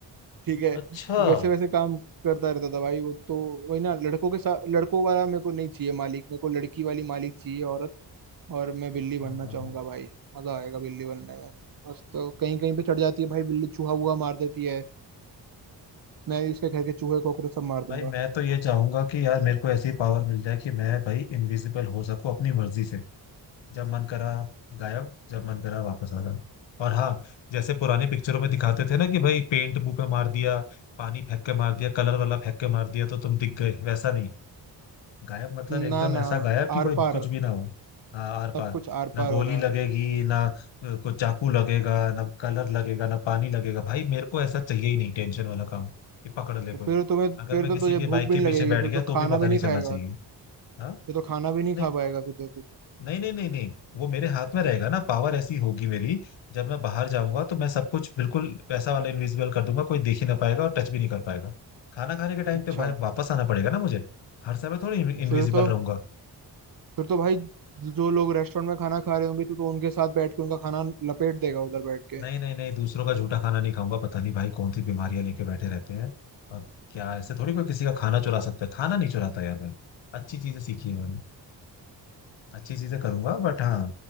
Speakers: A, on the right; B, on the left.
A: ठीक है
B: अच्छा हाँ
A: वैसे वैसे काम करता रहता था भाई वो तो वही ना लड़कों के साथ लड़कों वाला मेरे को नहीं चाहिए मालिक मेरे को लड़की वाली मालिक चाहिए औरत और मैं बिल्ली
B: हाँ
A: बनना
B: हाँ
A: चाहूंगा भाई मजा आएगा बिल्ली बनने में बस तो कहीं कहीं पे चढ़ जाती है भाई बिल्ली चूहा वूहा मार देती है मैं भी उसके घर के चूहे कॉकरोच सब मार दूंगा
B: भाई मैं तो ये चाहूंगा कि यार मेरे को ऐसी पावर मिल जाए कि मैं भाई इनविजिबल हो सकूं अपनी मर्जी से जब मन करा गायब जब मन करा वापस आ गए और हाँ जैसे पुरानी पिक्चरों में दिखाते थे ना कि भाई पेंट मुंह पे मार दिया पानी फेंक के मार दिया कलर वाला फेंक के मार दिया तो तुम दिख गए वैसा नहीं गायब मतलब एकदम
A: ना
B: ऐसा
A: ना
B: गायब कि
A: आर
B: कोई
A: पार
B: कुछ भी ना हो हाँ आर पार
A: सब कुछ आर
B: ना
A: पार
B: गोली
A: हो रहा
B: लगेगी
A: है
B: ना अ, कुछ चाकू लगेगा ना कलर लगेगा ना पानी लगेगा भाई मेरे को ऐसा चाहिए ही नहीं टेंशन वाला काम कि पकड़ ले
A: तो
B: कोई
A: फिर तुम्हें
B: अगर
A: फिर
B: मैं
A: तो
B: किसी
A: तुझे
B: के
A: भूख
B: बाइक
A: भी
B: के
A: नहीं
B: पीछे
A: लगेगी
B: बैठ
A: फिर
B: गया
A: तो
B: तो
A: खाना
B: भी पता
A: भी
B: नहीं
A: नहीं
B: चलना
A: खाएगा
B: चाहिए हाँ
A: फिर तो खाना भी नहीं
B: नहीं
A: खा पाएगा फिर तो तू
B: नहीं नहीं नहीं नहीं वो मेरे हाथ में रहेगा ना पावर ऐसी होगी मेरी जब मैं बाहर जाऊंगा तो मैं सब कुछ बिल्कुल पैसा वाला इनविजिबल कर दूंगा कोई देख ही ना पाएगा और टच भी नहीं कर पाएगा खाना खाने के टाइम
A: अच्छा
B: पे भाई वापस आना पड़ेगा ना मुझे हर समय थोड़ी इनविजिबल
A: फिर तो
B: रहूंगा
A: फिर तो भाई जो लोग रेस्टोरेंट में खाना खा रहे होंगे तू तो उनके साथ बैठ के उनका खाना लपेट देगा उधर बैठ के
B: नहीं नहीं नहीं दूसरों का झूठा खाना नहीं खाऊंगा पता नहीं भाई कौन सी बीमारियां लेके बैठे रहते हैं और क्या ऐसे थोड़ी कोई किसी का खाना चुरा सकता है खाना नहीं चुराता यार मैं अच्छी चीजें सीखी है मैंने अच्छी चीजें करूंगा बट हाँ